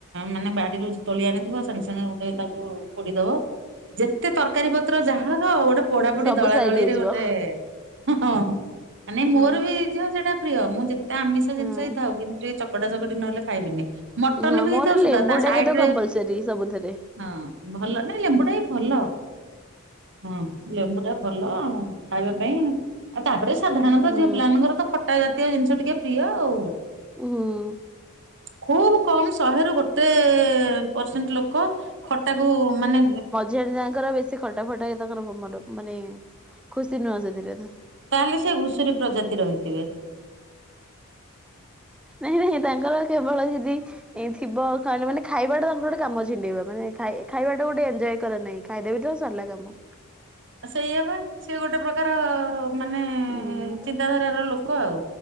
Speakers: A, on the right; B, in the centre.
A: ମାନେ ବାଡିରୁ ତୋଳି ଆଣୁ ଥିବ ସାଙ୍ଗେ ସାଙ୍ଗେ ଗୋଟେ ତାକୁ ପୋଡିଦବ। ଯେତେ ତରକାରୀ ପତ୍ର ଯାହା ଥାଉ ଗୋଟେ ପୋଡାପୋଡି
B: ସବୁ
A: ଦଳା
B: ସାଇଟ୍
A: ଦଳି
B: ହେଇଯିବ
A: ରେ ଗୋଟେ ହଁ ମାନେ ମୋର
B: ଆଚ୍ଛା
A: ବି ଝିଅ ସେଇଟା ପ୍ରିୟ ମୁଁ ଯେତେ ଆମିଷ ଜିନିଷ
B: ହଁ
A: ଥାଉ କିନ୍ତୁ ଟିକେ ଚକଟା ଚକଟି ଚକଡି ନହେଲେ ଖାଇବିନି ମଟନ
B: ହଁ
A: ବି
B: ମୋର
A: ହେଇଥାଉ ସୁଧା
B: ଲେମ୍ବୁ
A: ତା ସାଇଡରେ
B: ଟା କିନ୍ତୁ କମ୍ପଲସରୀ ସବୁଥିରେ
A: ହଁ ଭଲ ନାଇଁ ଲେମ୍ବୁ ଟା ବି ଭଲ ହଁ ଲେମ୍ବୁ ଟା ଭଲ। ଖାଇବା ପାଇଁ ଆଉ ତାପରେ ସାଧାରଣତଃ
B: ହୁଁ
A: ଝିଅ ପିଲାମାନଙ୍କର ତ ଖଟା ଜାତୀୟ ଜିନିଷ ଟିକେ ପ୍ରିୟ ଆଉ।
B: ହୁଁ।
A: ଖୁବ କମ ଶହେରୁୁ ଗୋଟେ ପରସେଣ୍ଟ ଲୋକ ଖଟାକୁ ମାନେ
B: ଜେଜଙ୍କର ବେଶୀ ଖଟା ଫଟା ତାଙ୍କର ମୋମତ ମାନେ ଖୁସି ନୁହଁ ସେଥିରେ ତ
A: ତାହେଲେ ସେ ଘୁଷୁରୀ ପ୍ରଜାତି ହେଇଥିବେ।
B: ନାଇଁ ନାଇଁ ତାଙ୍କର କେବଳ ଯଦି ଏଇ ଥିବ କହିଲେ ମାନେ ଖାଇବାଟା ତାଙ୍କର ଗୋଟେ କାମ ଛିଣ୍ଡେଇବ ମାନେ ଖାଇ ଖାଇବାଟା ଗୋଟେ ଏଞଜୟ କରନ୍ତି ଖାଇଦେବ ତ ସରିଲା କାମ।
A: ସେଇଆ ବା ସିଏ ଗୋଟେ ପ୍ରକାର ମାନେ
B: ଉଁ
A: ଚିନ୍ତାଧାରାର ଲୋକ ଆଉ।